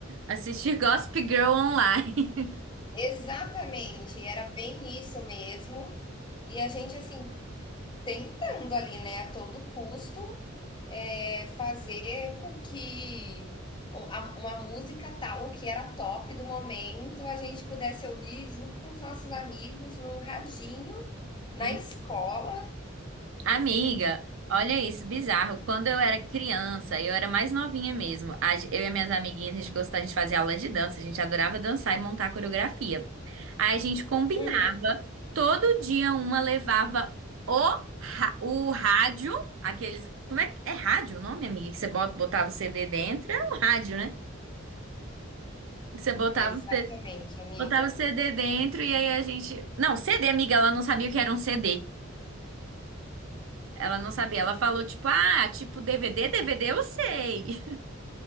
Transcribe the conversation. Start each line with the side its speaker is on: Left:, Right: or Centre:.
Right: Assistir <laughs> Gossip Girl online.
Left: Exatamente, era bem isso mesmo. E a gente, assim, tentando ali, né, a todo custo, é, fazer com que um, a- uma música tal que era top do momento a gente pudesse ouvir junto com os nossos amigos num radinho na
Right: <laughs>
Left: escola.
Right: Amiga, olha isso, bizarro. Quando eu era criança, eu era mais novinha mesmo. a ge- Eu e minhas amiguinhas, a gente gostava, a gente fazia aula de dança, a gente adorava dançar e montar coreografia. Aí a gente combinava,
Left: Uhum.
Right: todo dia uma levava o, ra- o rádio, aqueles. Como é que é rádio o nome, amiga? Que você bota, botava o CD dentro? Era um rádio, né? Que você botava,
Left: Exatamente,
Right: o C-
Left: amiga.
Right: botava o CD dentro e aí a gente. Não, CD, amiga, ela não sabia o que era um CD. Ela não sabia. Ela falou, tipo, ah, tipo, DVD, DVD eu sei.